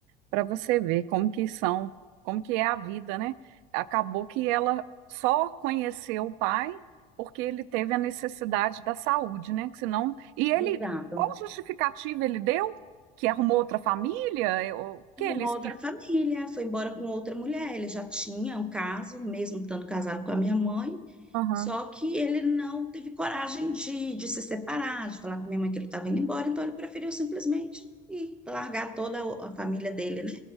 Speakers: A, on the right; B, in the centre.
A: para você ver como que são, como que é a vida, né? Acabou que ela só conheceu o pai porque ele teve a necessidade da saúde, né? Que senão, e ele,
B: Exato.
A: qual justificativa ele deu? Que arrumou outra família? Eu- O que
B: Uma
A: ele explicou?
B: outra família, foi embora com outra mulher. Ele já tinha um caso, mesmo estando casado com a minha mãe,
A: Aham.
B: só que ele não teve coragem de, de se separar, de falar com a minha mãe que ele estava indo embora, então ele preferiu simplesmente ir largar toda a família dele